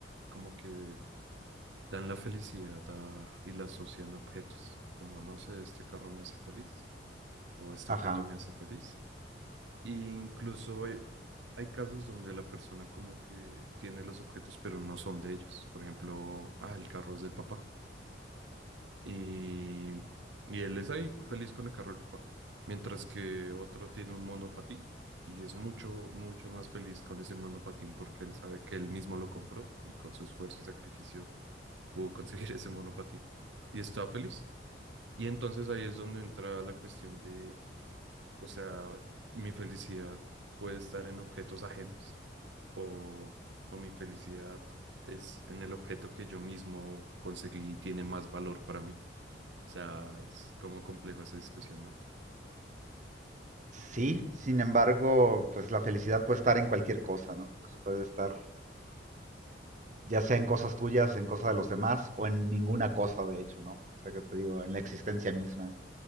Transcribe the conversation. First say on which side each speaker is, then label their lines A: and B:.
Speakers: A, on the right; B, on the right.
A: como que dan la felicidad a- y la asocian a objetos, como no sé, este carro me hace feliz o este
B: Ajá.
A: objeto me hace feliz. Y incluso hay, hay casos donde la persona como que tiene los objetos pero no son de ellos. Por ejemplo, ah, el carro es del papá y, y él es ahí feliz con el carro del papá, mientras que otro tiene un monopatín. Y es mucho, mucho más feliz con ese monopatín porque él sabe que él mismo lo compró y con su esfuerzo y sacrificio pudo conseguir <laughs> ese monopatín y estaba feliz. Y entonces ahí es donde entra la cuestión de, o sea, mi felicidad puede estar en objetos ajenos o, o mi felicidad es en el objeto que yo mismo conseguí y tiene más valor para mí. O sea, es como complejo esa discusión, ¿no?
B: Sí, sin embargo, pues la felicidad puede estar en cualquier cosa, ¿no? Pues puede estar ya sea en cosas tuyas, en cosas de los demás o en ninguna cosa, de hecho, ¿no? O sea, que te digo, en la existencia misma.